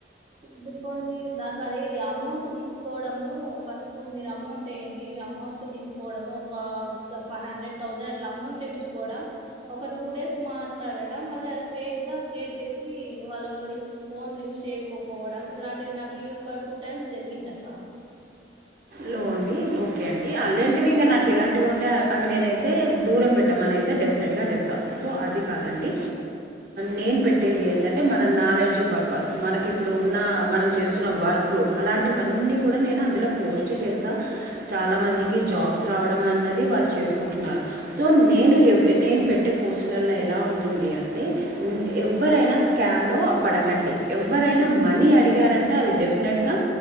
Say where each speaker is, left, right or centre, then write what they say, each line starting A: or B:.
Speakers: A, on the right; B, on the right.
A: ను ఇది కొన్ని దాంట్లో అదేది అమౌంట్ తీసుకోవడము, ఫస్ట్ మీరు అమౌంట్ ఎయండి, అమౌంట్ తీసుకోవడం ఒక ఫైవ్ హండ్రెడ్ తౌసండ్ అట్లా అమౌంట్ తెచ్చుకోవడం ఒక టూ డేస్ మాట్లాడడం, మళ్ళీ అది ఫేక్ గా క్రియేట్ చేసి వాళ్ళు లిఫ్ట్ ఫోన్ లిఫ్ట్ చేయకపోవడం ఇలాంటి నాకు ఒక టూ టైమ్స్ జరిగింది, అక్క
B: లో అండి ఓకే అండి అలాంటివి ఇంగా నాక్ ఎలాంటివింటే అవి నేనైతే దూరం పెట్టామని అయితే డెఫ అట్గా చెప్తా సో అది కాదండి నేను పెట్టేది, ఎదన్నంటే మన నాలెడ్జీ పర్పస్ మనకి ఇప్పుడు ఉన్న మనం చేస్తున్న వర్క్ అలాంటివన్నీ కూడా నేను అందులో పోస్ చేస్తా చాలా మందికి జాబ్స్ రావడం, అన్నది వాళ్ళు చేసుకుంటున్నారు, సో నేను నే పెట్టే పోస్ట్ల ఎలా ఉంటుంది అంటే ఎవరైనా స్కాంలో పడక్ కండి ఎవరైనా మనీ అడిగారంటే అది డెఫినెట్గా